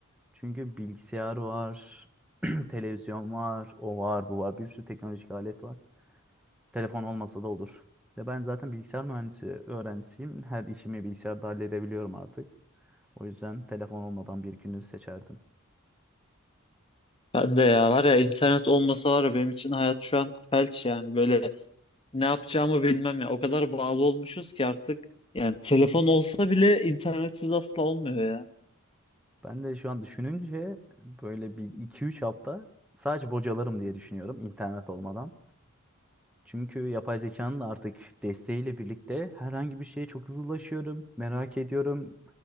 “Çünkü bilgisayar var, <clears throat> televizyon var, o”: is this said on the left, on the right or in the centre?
Centre